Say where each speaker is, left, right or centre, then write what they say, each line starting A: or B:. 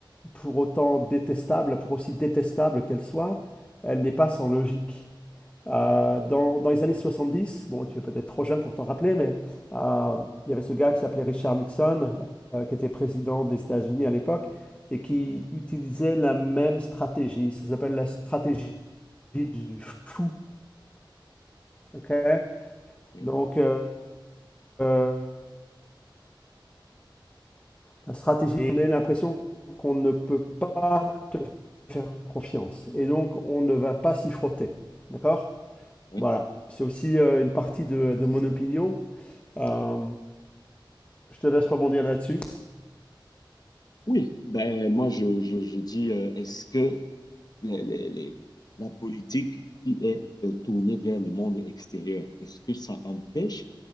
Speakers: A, on the left; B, on the left.
A: pour autant détestable, pour aussi détestable qu'elle soit, elle n'est pas sans logique. Euh, dans, dans les années 70, bon, tu es peut-être trop jeune pour t'en rappeler, mais euh, il y avait ce gars qui s'appelait Richard Nixon, euh, qui était président des États-Unis à l'époque, et qui utilisait la même stratégie. Ça s'appelle la stratégie du fou. ok
B: oui,
A: Donc, euh, euh, la stratégie, on a l'impression qu'on ne peut pas te faire confiance. Et donc, on ne va pas s'y frotter. D'accord
B: oui.
A: Voilà. C'est aussi euh, une partie de, de mon opinion. Euh, je te laisse rebondir là-dessus.
B: Oui, ben, moi, je, je, je dis, euh, est-ce que les, les- les- la politique qui est euh, tournée vers le monde extérieur, est-ce que ça empêche